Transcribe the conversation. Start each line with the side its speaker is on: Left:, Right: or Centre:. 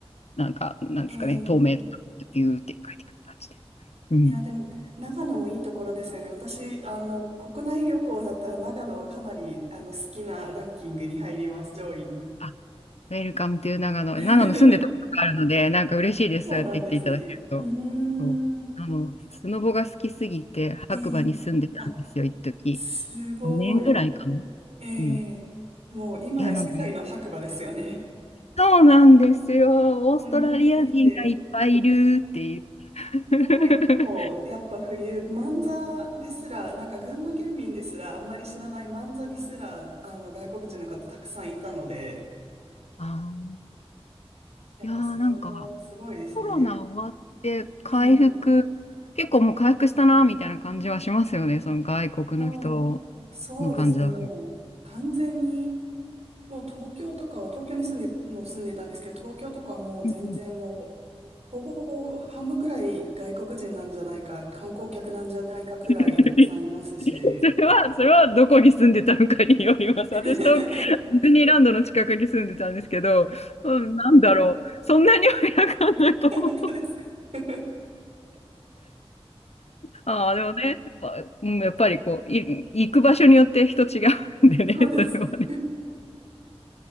Left: なんか、なんですかね、
Right: ええ
Left: 東名とかビューって帰ってくる感じで。うん。
Right: いや、でも、長野もいいところですよね。私、あの、国内旅行だったら長野はかなり、あの、好きなランキングに入ります、上位に。
Left: あ、ウェルカムという長野。
Right: <laughs>
Left: 長野住んでたことがあるので、なんか嬉しいです。
Right: そうなんですね。
Left: そうやって言っていただけると。
Right: うーん。
Left: そう。あの、スノボが好きすぎて、
Right: ええあ、
Left: 白馬に住んでたんですよ、一時。
Right: すごい。
Left: 5年ぐらいかな。
Right: ええもう今や世界の白馬ですよね。
Left: うん。いや、なんか、そうなんですよ。
Right: もう人気すぎて、
Left: オーストラリア人がいっぱいいるっていう。<laughs>
Right: どこ行ってもやっぱ冬、万座ですら、なんか群馬県民ですらあんまり知らない万座にすら、あの外国人の方たくさんいたので、
Left: あ
Right: やっぱスノボすごいですね。
Left: ーいやーなんかコロナ終わって回復、
Right: ええ
Left: 結構もう回復したなみたいな感じはしますよね、その外国の人
Right: そう、そうですね、
Left: の感じだと。
Right: もう完全にもう東京とかは、東京に住んで、もう住んでたんですけど、東京とかはもう全然もう、
Left: うん
Right: ほぼほぼ半分くらい外国人なんじゃないか、観光客なんじゃないかくらいたくさんいますし。
Left: <laughs> それは、それはどこに住んでたのかによります。
Right: <laughs>
Left: 私とディズニーランドの近くに住んでたんですけど、うん、なんだろう、そんなにはいなかったと思う。
Right: 本当ですか <laughs>
Left: ああ、でもね、やっぱ、うんやっぱりこう、い、行く場所によって人違うんでね、
Right: そうですね。
Left: <laughs> それはね。